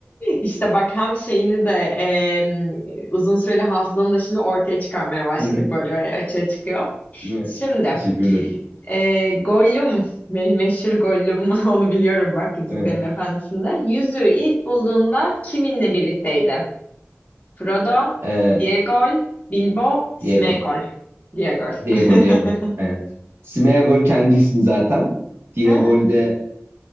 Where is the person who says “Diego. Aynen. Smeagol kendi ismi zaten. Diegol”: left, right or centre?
Right